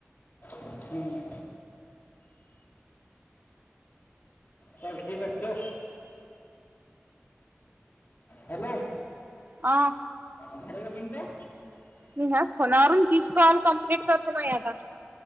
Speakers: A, on the left; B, on the right.
A: हम्म. चल ठीक हाय, ठेव. हॅलो.
B: हा.
A: झाले का मिनिटं?
B: मी ह्याच फोणावरून तीस कॉल कमप्लीट करतो, बाई आता.